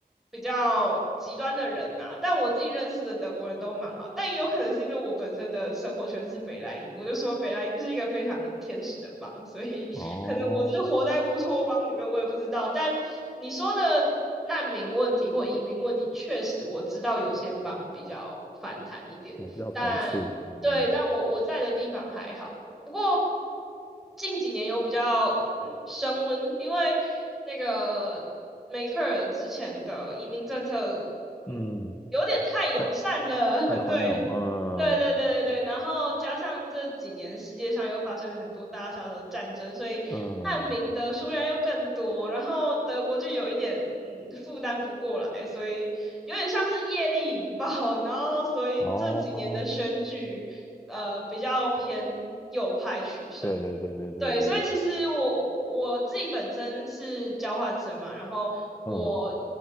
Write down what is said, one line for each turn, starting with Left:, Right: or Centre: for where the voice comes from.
Centre: 比较极端的人呐、啊但我自己认识的德国人都蛮好，但也有可能是因为我本身的生活圈是北莱茵，我就说北莱茵是一个非常天使的邦，所以
Left: 哦，
Centre: <laughs> 可能我是活在乌托邦里面，我也不知道。但你说的难民问题或移民问题，确实我知道有些邦比较反弹一点，
Left: 我比较排斥，
Centre: 但对，
Left: 嗯
Centre: 但我我在的地方还好。不过近几年有比较嗯升温，因为那个梅克尔之前的移民政策，嗯，
Left: 嗯，
Centre: 有点太友善了，
Left: 太
Centre: <laughs>
Left: 太宽容，
Centre: 对。
Left: 嗯
Centre: 对对对对对，然后加上这几年世界上又发生了很多大小的战争，所以难民的数量又更多，
Left: 嗯，
Centre: 然后德国就有一点嗯负担不过来，所以有点像是业力引爆，<laughs> 然后所以这几年的选举呃比较偏右派取胜。
Left: 哦，对对对对对对对，
Centre: 对，所以其实我我自己本身是交换生嘛，然后我
Left: 嗯，